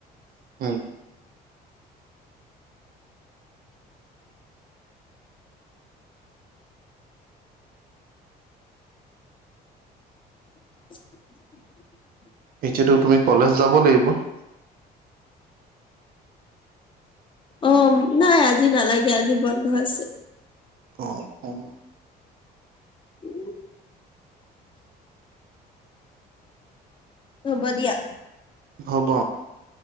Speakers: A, on the right (about 60°); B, on the left (about 30°).
A: উম
B: <inaudible>
A: এতিয়াতো তুমি কলেজ যাব লাগিব
B: অঁ নাই আজি নালাগে আজি বন্ধ আছে।
A: অঁ অঁ।
B: উম। অঁ হব দিয়া
A: হ'ব